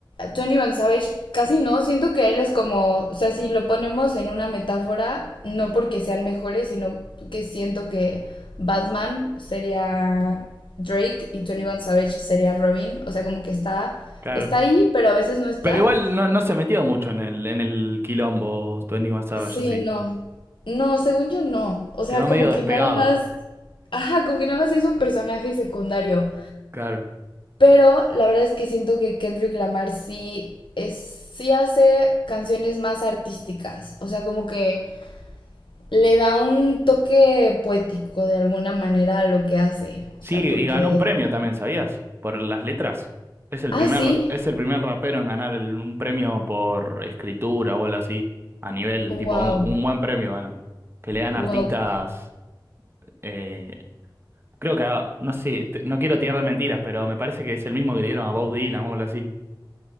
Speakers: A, on the left; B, on the right.
A: Tony Van Savage casi no, siento que él es como, o sea, si lo ponemos en una metáfora, no porque sean mejores, sino que siento que Batman sería Drake y Tony Van Savage sería Robin, o sea, como que está,
B: claro.
A: está ahí, pero a veces no está.
B: Pero igual no, no se metió mucho en el, en el quilombo Twenty One Savage,
A: Sí,
B: yo sí.
A: no. No, según yo no. O sea,
B: Quedó
A: como
B: medio
A: que
B: despegado,
A: nada más. Ajá, como que nada más es un personaje secundario.
B: claro.
A: Pero la verdad es que siento que Kendrick Lamar sí es, sí hace canciones más artísticas. O sea, como que le da un toque poético de alguna manera a lo que hace.
B: Sí,
A: O sea, porque.
B: y ganó un premio también, ¿sabías? Por las letras. Es el
A: Ah,
B: primer,
A: sí.
B: es el primer rapero en ganar el- un premio por escritura o algo así, a nivel,
A: Wow.
B: tipo, un, un buen premio ganó. Que le dan
A: Wow.
B: artistas eh, Creo que, ah, no sé, te- no quiero tirar de mentiras, pero me parece que es el mismo que le dieron a Bob Dylan o algo así.